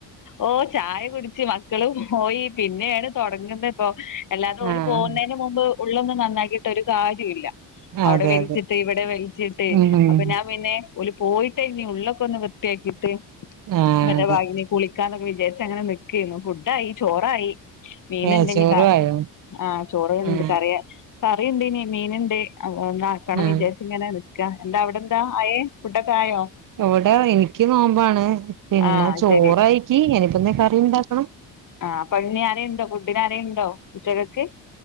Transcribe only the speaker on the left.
ഓ ചായ കുടിച്ച് മക്കളും പോയി പിന്നെയാണ് തുടങ്ങുന്നത് ഇപ്പോ അല്ലാതെ ഓല്
പോകുന്നേന് മുമ്പ് ഉള്ളൊന്നും നന്നാക്കിട്ട് ഒരു കാര്യഇല്ല അവിടെ
വലിച്ചിട്ട്
ഇവിടെ വലിച്ചിട്ട്
അപ്പൊ ഞാൻ പിന്നെ ഓല് പോയിട്ട ഇഞ്ഞ ഉള്ളൊക്കെ ഒന്ന് വൃത്തിയാക്കിയിട്ട്
<unintelligible>
കുളി ക്കാനൊക്കെ വിജാര്ച്ച് അങ്ങനെ നിക്കേനു ഫുഡായി ചോറായി മീന
ഇണ്ടനിട്ടോ
ആ ചോറ്ണ്ട്
കറിയ കറിയുണ്ട് ഇനി മീൻണ്ട് ഒ ഒന്നാക്കണം
വിജാര്ച്ചിങ്ങനെ നിക്കാ എന്താ അവിടെന്താ ആയേ ഫുടൊക്കെ ആയോ
ആഹ്
ശരി
ആ <unintelligible> ആരെണ്ടോ ഫുഡന് ആരെണ്ടോ ഉച്ചകക്ക്